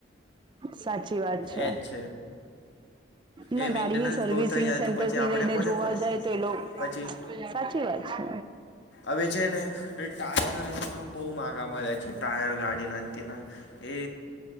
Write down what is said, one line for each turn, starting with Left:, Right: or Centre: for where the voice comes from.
Right: સાચી વાત છે
Left: એ જ
Right: ના
Left: એ મેન્ટેનન્સ
Right: ગાડીની સર્વિસિંગ
Left: બહુ થઈ જાય
Right: સેન્ટર
Left: તો પછી
Right: થી
Left: આપણે
Right: લઈને
Left: કોને
Right: જોવા
Left: કોને
Right: જાય તો એ લોકો
Left: પછી
Right: સાચી વાત છે
Left: હવે છે ને ટાયર એના બહુ માગા મળ્યા છે ટાયર ગાડીના તના એ